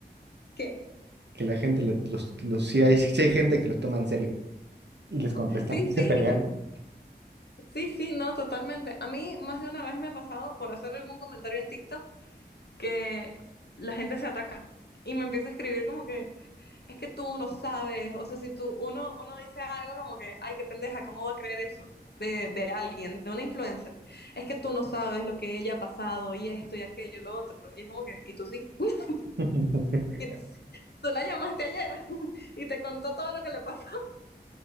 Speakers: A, on the left (about 70°); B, on the right (about 75°).
A: ¿Qué?
B: Que la gente, la- los, los, sí hay, sí hay gente que los toma en serio y les contesta,
A: Sí, sí,
B: y se pelean.
A: sí, sí, no, totalmente. A mí más de una vez me ha pasado por hacer algún comentario en TikTok que la gente se ataca y me empieza a escribir como que es que tú no sabes, o sea, si tú uno uno dice algo como que, ay, qué pendeja, ¿cómo va a creer eso? De, de alguien, de una influencer. Es que tú no sabes lo que ella ha pasado y esto y aquello y lo otro. Y es como que, y tú sí. <laughs>
B: <laughs>
A: Y tú sí. Tú la llamaste ayer <laughs> y te contó todo lo que le pasó.